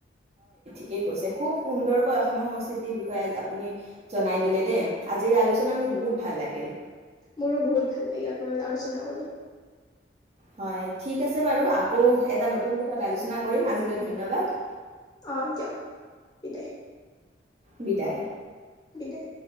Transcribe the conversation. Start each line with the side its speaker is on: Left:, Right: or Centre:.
Right: কি কৈছে খুব সুন্দৰকৈ অসমৰ সংস্কৃতিৰ বিষয়ে আপুনি জনাই দিলে দেই, আজিৰ আলোচনা মোৰ বহুত ভাল লাগিল। <inaudible>
Left: মোৰো বহুত ভাল লাগিল। আপোনাৰ লগত আলোচনা কৰি। <inaudible>
Right: হয়, ঠিক আছে বাৰু আকৌ এটা নতুন বিষয়ত আলোচনা কৰিম আজিলৈ ধন্যবাদ। <inaudible>
Left: অ দিয়ক বিদায়।
Right: বিদায়।
Left: দেহ।